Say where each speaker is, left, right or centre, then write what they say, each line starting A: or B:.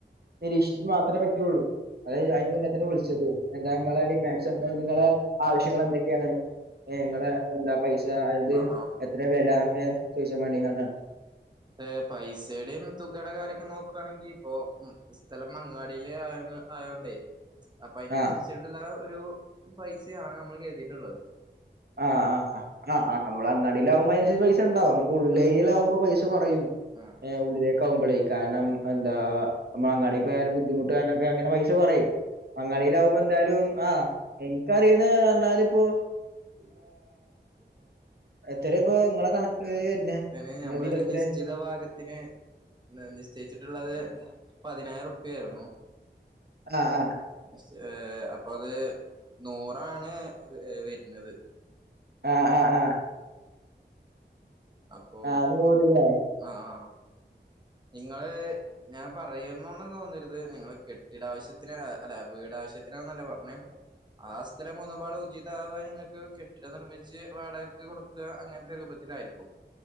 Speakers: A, on the right (about 60°); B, on the right (about 25°).
A: നിരീക്ഷിച്ചിച്ച് മാത്രമേ പറ്റുള്ളൂ അ അതിന് പിന്നെ തന്നെ വിളിച്ചതു എന്താ നിങ്ങളെ ഡിമാൻ്സ് നിങ്ങളുടെ ആവശ്യങ്ങൾ എന്തൊക്കെയാണ് നിങ്ങള എന്താ പൈസ അത്
B: ആഹ്
A: ഇത്ര വെലന്നൊക്കെ ചോദിക്കാൻ വേണ്ടി കാണ്ട്
B: ഏ പൈസടെയും തുകയുടെ കാരൊക്കെ നോക്കും കാണെങ്കി ഇപ്പൊ സ്ഥലം മങ്ങാടിൽ ആയ ആ യോണ്ടേ അപ്പൊ അതിനനുസരിച്ചിട്ടുള്ള
A: ആ
B: ഒരപൈസയാണ് നമ്മൾ കരുതിയിട്ടുള്ളത്
A: ആഹ് നമ്മള് അങ്ങാടിൽലാവകുമ്പോൾ അതിനനുസരിച്ച് ക്കണ്ടാവുംനമ്മ ഉള്ളേ
B: ആഹ്
A: ഏരിയെലാകുമ്പോ പൈസ കുറയും
B: ആഹ്
A: ഉള്ളിലേക് ആകുമ്പോളേ കാരണം എന്താ നമ്മളങ്ങാടി പോയാലും ബുദ്ധിമുട്ടാര്നം ത് അങ്ങനെ പൈസ കുറയും. അങ്ങാടിയിലാഉമ്പോ എന്തായാലും ആഹ് എനിക്കറിയ്ണ് പർഞ്ഞാല് പ്പോ
B: <unintelligible>
A: എത്രയാ ഇപ്പൊ നിങ്ങളെ കണക്ക് വരുന്നേ
B: ഞമ്മളൊരു
A: നിങ്ങളെ ഇതിലെത്രയാ
B: നിശ്ചിത ഭാഗത്തിന് ന്ന നിശ്ചയിച്ചിട്ടുള്ളത് പതിനായിരർപ്യായിരുന്നു.
A: ആഹ് ആഹ്
B: എസ് ഏഹ് അപ്പൊ അത് നൂറാണ് വെ വര്ന്നത്.
A: ആഹ് ആഹ് ആഹ്
B: അപ്പോ
A: ആഹ് നൂറ് ലേ
B: ആഹ് ആഹ് നിങ്ങള് ഞാൻ പറയും <unintelligible> തോന്നരുത് നിങ്ങള് കെട്ടിടാവശ്യത്തിന് ഏ അല്ല വീടാവശ്യത്തിനാന്നല്ലെ പറഞ്ഞേ. ആഹ് സ്ഥലം ഒന്നും പാടെ <unintelligible> ഇതാവുക നിങ്ങൾക്ക് കെട്ടിടം നിർമ്മിച്ച് വാടകക്ക് കൊടുക്കുക അങ്ങനത്തെ രൂപത്തിലായിരിക്കും